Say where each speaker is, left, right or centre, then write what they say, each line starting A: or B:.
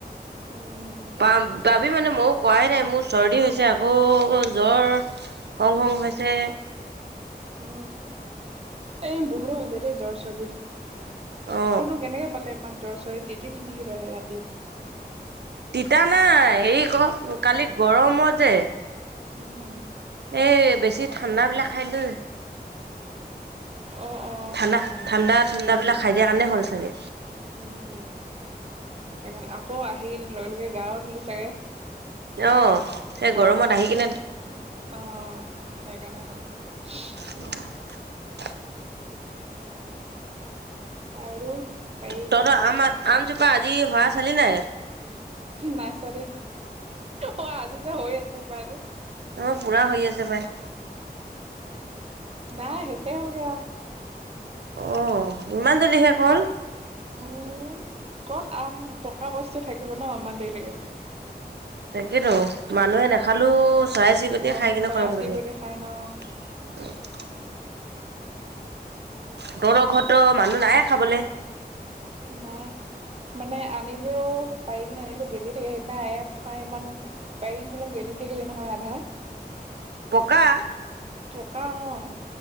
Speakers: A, on the right; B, on the right.
A: উম
B: পাম পাবি মানে ময়ো কৰায়ে নাই মোৰ চৰ্দি হৈছে আকৌ জ্বৰ হং হং হৈছে।
A: অ, এই বহুতৰ হৈছে দেই জ্বৰ, চৰ্দি।
B: অ
A: তোৰনো কেনেকে পালে ইমান জ্বৰ-চৰে তিতিলি নিকি তই ৰাতি?
B: তিতা নাই হেৰি আক কালি গৰমত যে
A: উম
B: এ বেছি ঠাণ্ডাবিলাক খাই দিলো
A: অ অ।
B: ঠাণ্ডা
A: সেইকাৰণে
B: ঠাণ্ডা ঠাণ্ডাবিলাক খাই দিয়াৰ কাৰণে হ'ল চাগে।
A: উম সেইকাৰণে আকৌ আহি লগে লগে গাও ধূলি চাগে।
B: অ সেই
A: গৰম
B: গৰমত
A: উঠিছে
B: আহি কিনে
A: বুলি অ সেইকাৰণে হ'ল।
B: <unintelligible>
A: আৰু হেৰি
B: তহঁতৰ
A: কি কয়
B: আম আমজোপা আজি সৰা চালি নে?
A: নাইছোৱা দেই অ আজি যে সৰি আছে বাৰু।
B: অঁ পুৰা হৈ আছে পাই।
A: নাই শেষেই হ'লগে আৰু।
B: অঁ! ইমান জল্দি শেষ হ'ল?
A: উম! ক'ত আম পকা বস্তু থাকিব ন ইমান দেৰিলৈকে।
B: তাকেতো। মানুহে নাখালো চৰাই-চিৰিকটিয়ে
A: বান্দা
B: খাই কিনে
A: চৰাই
B: খতম
A: চিৰিকটিয়ে
B: কৰি দিব।
A: খাই ন
B: <inaudible> তহঁতৰ ঘৰতো মানুহ নাইয়ে খাবলে?
A: নাই মানে আনিলেও পাৰি কিনে আনিলো গেলি থাকে। সেইদিনা এক খৰাহি মান পাৰি কিনে থলোং গেলি থাকিলে নহয় আধা।
B: পকা?
A: পকা অঁ।